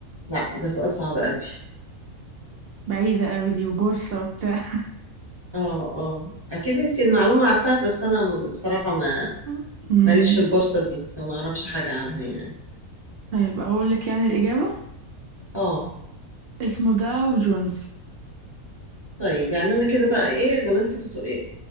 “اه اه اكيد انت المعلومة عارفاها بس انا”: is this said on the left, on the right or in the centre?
Right